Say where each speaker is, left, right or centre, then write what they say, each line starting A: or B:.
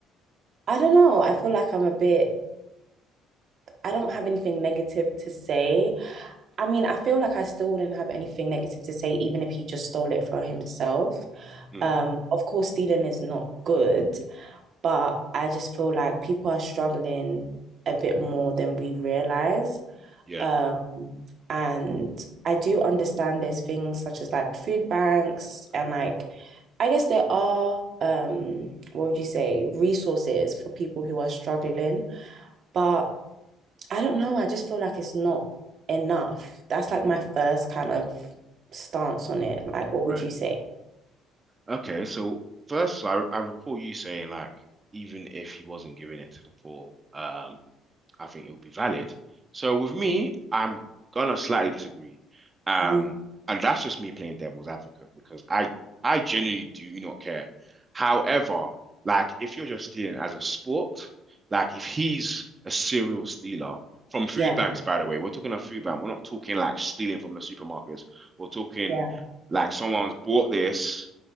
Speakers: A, on the right (about 45°); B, on the right (about 20°).
A: I don't know. I feel like I'm a bit, I don't have anything negative to say. I mean, I feel like I still wouldn't have anything negative to say, even if he just stole it for himself.
B: mm,
A: Um, of course, stealing is not good, but I just feel like people are struggling a bit more than we realize.
B: yeah,
A: Um, and I do understand there's things such as like food banks and like, I guess there are, um, what would you say, resources for people who are struggling, but I don't know. I just feel like it's not enough. That's like my first kind of stance on it. Like, what
B: right.
A: would you say?
B: Okay, so first, I I recall you saying like even if he wasn't giving it to the poor, um, I think it would be valid. So with me, I'm gonna slightly disagree, um,
A: Mhm.
B: and that's just me playing devil's advocate because I I genuinely do not care. However, like if you're just stealing as a sport, like if he's a serial stealer from food
A: Yeah,
B: banks, by the way, we're talking a food bank. We're not talking like stealing from the supermarkets. We're talking
A: yeah,
B: like someone's bought this